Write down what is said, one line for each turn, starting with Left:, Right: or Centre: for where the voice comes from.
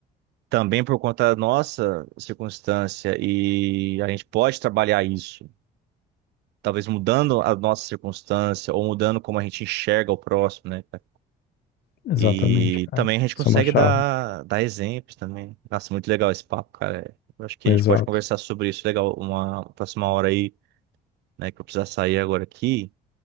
Right: também por conta da nossa circunstância, e a gente pode trabalhar isso, talvez mudando a nossa circunstância ou mudando como a gente enxerga o próximo, né, cara?
Left: Exatamente,
Right: E
Left: cara.
Right: também a gente
Left: Isso
Right: consegue
Left: é uma chave.
Right: dar, dar exemplos também. Nossa, muito legal esse papo, cara. Eu acho que a gente
Left: Exato.
Right: pode conversar sobre isso, legal, uma próxima hora aí, né, que eu vou precisar sair agora aqui,